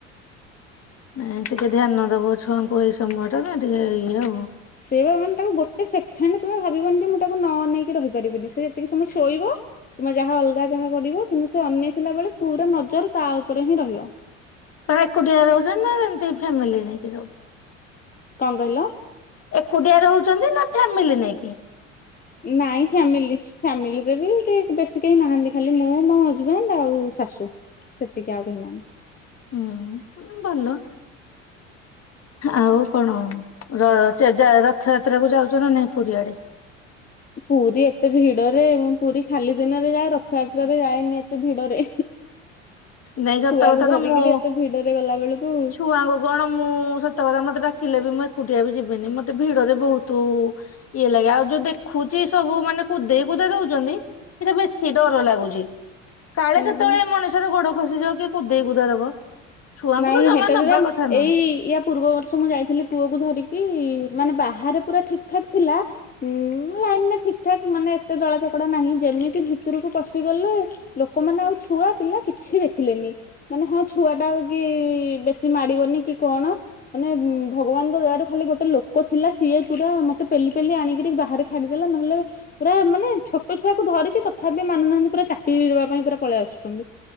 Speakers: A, on the left; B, on the left.
A: ନଁ ଟିକେ ଧ୍ୟାନ ଦବ ଛୁଆଙ୍କୁ ଏଇ ସମୟ ଟା ନା ଟିକେ ଇଏ ଆଉ
B: ସେଆ ମାନେ ତାକୁ ଗୋଟେ ସେକେଣ୍ଡ ତମେ ଭାବିବନି ଯେ ମୁଁ ତାକୁ ନ ନେଇକି ରହିପାରିବିନି ସେ ସେତିକେ ସମୟ ଶୋଇବ କିମ୍ବା ଯାହା ଅଲଗା ଅଗା ଯାହା କରିବ କିନ୍ତୁ ସେ ଅନେଇଥିଲା ବେଳେ ପୁରା ନଜର ତା ଉପରେ ହିଁ ରହିବ
A: କଣ ଏକୁଟିଆ ରହୁଛନ୍ତି ନା ଏମତି ଫ୍ୟାମିଲି ନେଇକି ସବୁ
B: କାଣଙ୍ଗହିଲ
A: ଏକୁଟିଆ ରହୁଛନ୍ତି ନା ଫାମିଲି ନେଇକି
B: ନାଇଁ ଫାମିଲି ଫ୍ୟାମିଲିରେ ବି ବେଶୀ କେହି ନାହାନ୍ତି ଖାଲି ମୁଁ ମୋ ହଜବେଣ୍ଡ ଆଉ ଶାଶୁ ସେତିକି ଆଉ କେହି ନାହାନ୍ତି
A: ହୁଁ ଭଲ ଆଉ କଣ ରଥଯାତ୍ରା କୁ ଯାଉଛ ନା ନାଇଁ ପୁରୀଆଡେ
B: ପୁରୀ ଏତେ ଭିଡରେ ମୁଁ ପୁରୀ ଖାଲି ଦିନରେ ଯାଏ ରଥଯାତ୍ରାାରେରେ ଯାଏନି ଏତେ ଭିଡରେ
A: ନାଇଁ ସତକଥା
B: ଛୁଆକୁ ଧରିକିରି
A: ତ ମୁଁ
B: ଏତେ ଭିଡରେ ଗଲା ବେଳକୁ
A: ଛୁଆଙ୍କୁ କଣ ମୁଁ ସତ କଥା ମେ ମତେ ଡାକିଲେ ବି ମୁଁ ଏକୁଟିଆ ବି ଯିବିନି ମତେ ଭିଡରେ ବହୁତ ଇଏ ଲାଗେ ଆଉ ଯୋଉ ଦେଖୁଛି ସବୁ ମାନେ କୁଦେଇ କୁଦେଇ ଦଉଛନ୍ତି ସେଇଟା ବେଶୀ ଡର ଲାଗୁଛି କାଳେ
B: ସେଇବା
A: କେତେବେଳେ ମଣିଷର ଗୋଡ ଖସିଯିବ କି କୁଦେଇ କୁଦା ଦବ ଛୁଆଙ୍କୁ
B: ନାଇଁ
A: ତ ଜମା
B: ହେଟା ତଦ
A: ନବା କଥା ନୁହେଁ
B: ଏଇ ୟା ପୂର୍ବର୍ଷ ମୁଁ ଯାଇଥିଲି ପୁଅକୁ ଧରିକି। କି ମାନେ ବାହାରେ ପୁରା ଠିକ ଠାକ୍ ଥିଲା ହୁଁ ଲାଇନ ମ ଠିକ ଠାକ ମାନେ ଏତେ ଦଳା ଚକଡା ନାହିଁ ଯେମିତି ଭିତରକୁ ପଶିଗଲେ ଲୋକମାନେ ଆଉ ଛୁଆ ପିଲା କିଛି ଦେଖିଲେନି ମାନେ ହଁ ଛୁଆ ଟା କି ବେଶୀ ମାଡିବନି କି କଣ ମାନେ ଭଗବାନଙ୍କ ଦୟାରୁ ଖାଲି ଗୋଟେ ଲୋକ ଥିଲା ସିଏ ପୁରା ମତେ ପେଲି ପେଲି ଆଣିକିରି ବାହାରେ ଛାଡିଦେଲା ନହେଲେ ପୁରା ମାନେ ଛୋଟ ଛୁଆକୁ ଧରିଛି ତଥାପି ମାନୁନାହାନ୍ତି ପୁରା ଚାକିରି ପାଇଁ ପୁରା ପଳେଇ ଆସୁଛନ୍ତି